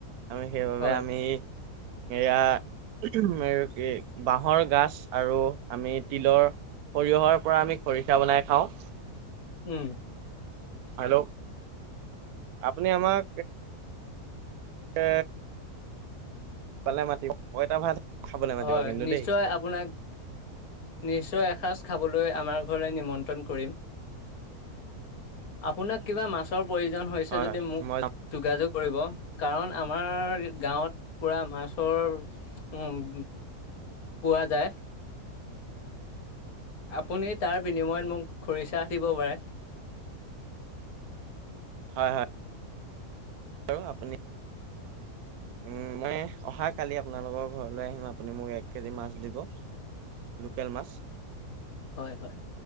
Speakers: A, on the right; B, on the left.
A: আমি সেইবাবে
B: হয়,
A: আমি এয়া <unintelligible> কি বাহৰ গাছ আৰু আমি তিলৰ সৰিয়হৰ পৰা আমি খৰিচা বনাই খাওঁ।
B: উম।
A: হেল্ল'? আপুনি আমাক এ পালে মাতি <inaudible> পইটা ভাত খাবলৈ মাতিব
B: হয়,
A: কিন্তু
B: নিশ্চয়
A: দেই
B: আপোনাক নিশ্চয় এসাঁজ খাবলৈ আমাৰ ঘৰলে নিমন্ত্ৰণ কৰিম। আপোনাক কিবা মাছৰ প্ৰয়োজন হৈছে
A: হয়
B: যদি
A: হয়
B: মোক
A: মই যাম
B: যোগাযোগ কৰিব কাৰণ আমাৰ গাঁৱত পুৰা মাছৰ উম। পোৱা যায়। আপুনি তাৰ বিনিময়ত মোক খৰিচা দিব পাৰে।
A: হয়-হয়। আৰু আপুনি উম মই অহা কালি আপুনালোকৰ ঘৰলৈ আহিম আপুনি মোক এক কেজি মাছ দিব। লোকেল মাছ।
B: হয়-হয়,